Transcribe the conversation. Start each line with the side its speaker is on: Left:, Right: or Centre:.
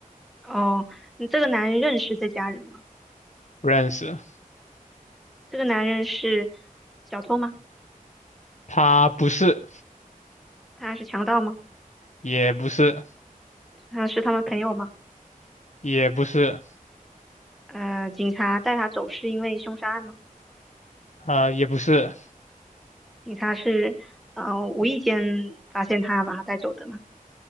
Centre: 哦，你这个男人认识这家人吗？
Left: 不认识，
Centre: 这个男人是小偷吗？
Left: 他不是，
Centre: 他是强盗吗？
Left: 也不是，
Centre: 他是他们朋友吗？
Left: 也不是，
Centre: 呃，警察带他走是因为凶杀案吗？
Left: 呃，也不是，
Centre: 警察是呃无意间发现他把他带走的吗？